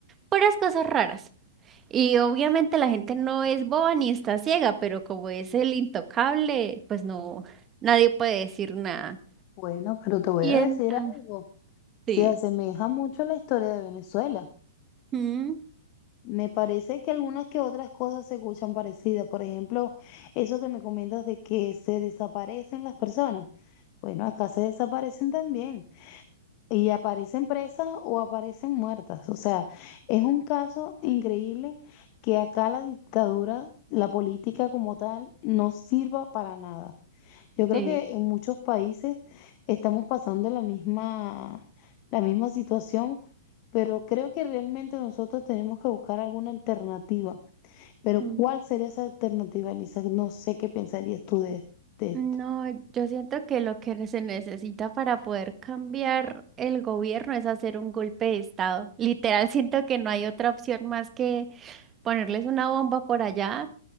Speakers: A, on the right (about 25°); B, on the left (about 40°).
A: puras cosas raras. Y obviamente la gente no es boba ni está ciega, pero como es el intocable, pues no, nadie puede decir nada.
B: Bueno, pero te voy
A: Y
B: a
A: entonces,
B: decir algo. Se
A: Sí.
B: asemeja mucho a la historia de Venezuela.
A: mm,
B: Me parece que algunas que otras cosas se escuchan parecidas. Por ejemplo, eso que me comentas de que se desaparecen las personas. Bueno, acá se desaparecen también. Y aparecen presas o aparecen muertas. O sea, es un caso increíble que acá la dictadura, la política como tal, no sirva para nada. Yo creo
A: Sí.
B: que en muchos países estamos pasando la misma, la misma situación, pero creo que realmente nosotros tenemos que buscar alguna alternativa. Pero
A: mm,
B: ¿cuál sería esa alternativa, Elisa? No sé qué pensarías tú de, de esto.
A: no, yo siento que lo que se necesita para poder cambiar el gobierno es hacer un golpe de estado. Literal, siento que no hay otra opción más que ponerles una bomba por allá